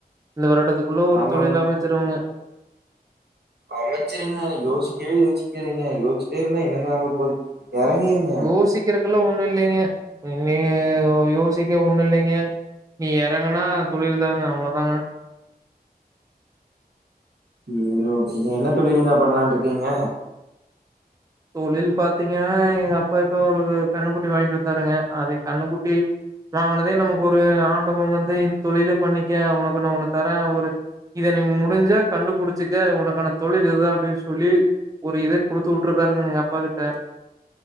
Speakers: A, on the right; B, on the right.
A: இந்த வருடத்துக்குள்ள ஒரு
B: ஆமாங்க.
A: தொழில அமச்சிருவங்க
B: அமச்சிருங்க யோசிக்கவே யோசிக்காதிங்க யோசிச்சிட்டே இருந்தா என்னங்க ஆக போது எறங்கிருங்க
A: யோசிக்றக்கல்லா ஒன்னு இல்லைங்க இனி யோசிக்க ஒன்னு இல்லைங்க நீ எறங்குனா தொழில் தாங்க அவ்ளோதாங்க
B: ஈரோடு நீங்க என்ன தொழிலுங்க பண்லான்னுருக்கீங்க
A: தொழில் பாத்தீங்கன்னா எங்க அப்பா இப்ப ஒரு கன்னுக்குட்டி வாங்கிட்டு வந்தாருங்க அது கன்னுக்குட்டி வாங்குனதே நமக்கு ஒரு ஆண்டவ வந்து இந்த தொழிலே பண்ணிக்க உனக்குன்னு ஒன்னு தரே ஒரு இத நீ முடிஞ்சா கண்டுபிடிச்சுக்க உனக்கான தொழில் இதுதா அப்டின்னு சொல்லி ஒரு இத குடுத்து வு விட்ருக்காருங்க எங்க அப்பா கிட்ட